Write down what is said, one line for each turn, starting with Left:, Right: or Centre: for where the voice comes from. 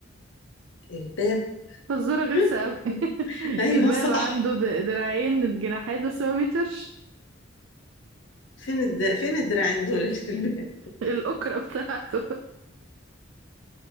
Left: الباب
Right: فزورة غلسة
Left: <laughs>
Right: أوي <laughs>
Left: ايوه
Right: الباب
Left: صح
Right: عنده د- دراعين الجناحات بس ما بيطيرش
Left: فين الد... فين الدراعين دول <laughs> اللي في الباب
Right: الأكرة بتاعته